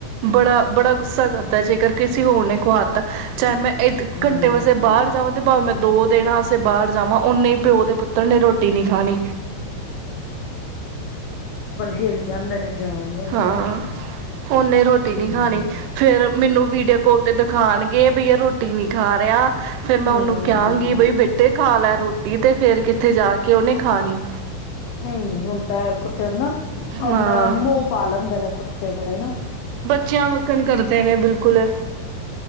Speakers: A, on the right (about 80°); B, on the left (about 90°).
A: ਬੜਾ ਬੜਾ ਗੁੱਸਾ ਕਰਦਾ ਜੇਕਰ ਕਿਸੇ ਹੋਰ ਨੇ ਕੁਹਾਤਾ ਚਾਹੇ ਮੈਂ
B: ਹੂੰ-ਹੂੰ,
A: ਘੰਟੇ ਵਸੇ ਬਾਹਰ ਜਾਵਾਂ ਤੇ ਭਾਵੇਂ ਮੈਂ ਦੋ ਦਿਣਾ ਵਸੇ ਬਾਹਰ ਜਾਵਾਂ ਓਨੇ ਪਿਓ ਦੇ ਪੁੱਤਰ ਨੇ ਰੋਟੀ ਨੀ ਖਾਣੀ
B: ਹੇਲ ਜਾਂਦੇ ਨੇ ਜਾਨਵਰ
A: ਹਾਂ।
B: ਵੀ ਨਾ
A: ਉਹਨੇ ਰੋਟੀ
B: ਹੂੰ।
A: ਨੀ ਖਾਣੀ, ਫੇਰ ਮੈਨੂੰ ਵੀਡੀਓ ਕਾਲ ਤੇ ਦਿਖਾਉਣਗੇ ਬਈਆ ਰੋਟੀ ਨੀ ਖਾ ਰਿਹਾ ਫੇਰ ਮੈਂ
B: ਹੂੰ,
A: ਉਹਨੂੰ ਕਹਾਂਗੀ ਬਈ ਬੇਟੇ ਖਾ ਲੈ ਰੋਟੀ ਨੀ ਤੇ ਫੇਰ ਕਿੱਥੇ ਜਾ ਕੇ ਉਹਨੇ ਖਾਣੀ।
B: ਹਮੱਮ, ਹੁਨਦੈ ਕੁੱਤੇਆਂ ਨਾ ਆਪਣਾ
A: ਹਾਂ
B: ਮੋਹ ਪਾ ਲੈਂਦੇ ਨੇ ਕੁੱਤੇ ਬੜੇ ਨਾ।
A: ਚਿਆਂ ਵਾਕਨ ਕਰਦੇ ਨੇ ਬਿਲਕੁਲ।